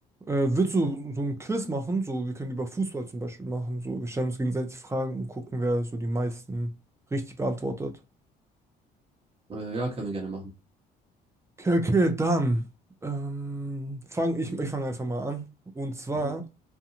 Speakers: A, on the right; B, on the right.
A: Äh, willst du so ein Quiz machen? So, wir können über Fußball zum Beispiel machen. So, wir stellen uns gegenseitig Fragen und gucken, wer so die meisten richtig beantwortet.
B: Äh, ja, können wir gerne machen.
A: Okay, okay, dann ähm, fang ich, ich fange einfach mal an. Und zwar,
B: Mhm.